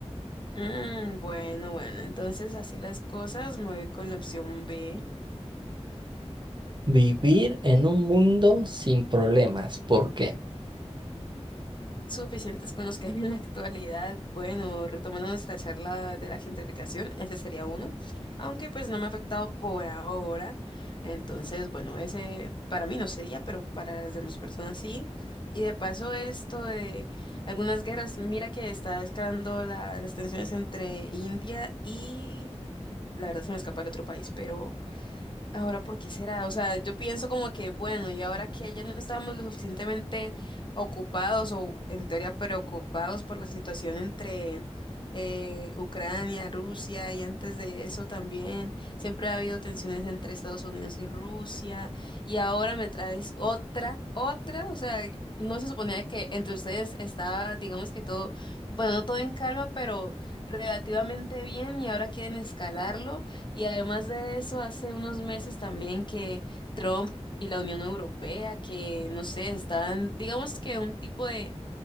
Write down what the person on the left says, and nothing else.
mm, bueno, bueno, entonces así las cosas, me voy con la opción B.
suficientes con los que hay en la actualidad. Bueno, retomando nuestra charla de la gentrificación, ese sería uno, aunque pues no me ha afectado por ahora. Entonces, bueno, ese para mí no sería, pero para las demás personas sí. Y de paso esto de algunas guerras, mira que está escalando la- las tensiones entre India y, la verdad se me escapa el otro país, pero Ahora, ¿por qué será? O sea, yo pienso como que, bueno, y ahora que ya no estábamos lo suficientemente ocupados o en teoría preocupados por la situación entre eh, Ucrania, Rusia y antes de eso también, siempre ha habido tensiones entre Estados Unidos y Rusia y ahora me traes otra, otra, o sea, no se suponía que entre ustedes estaba, digamos que todo, bueno, no todo en calma, pero relativamente bien y ahora quieren escalarlo. Y además de eso, hace unos meses también que Trump y la Unión Europea, que no sé, están, digamos que un tipo de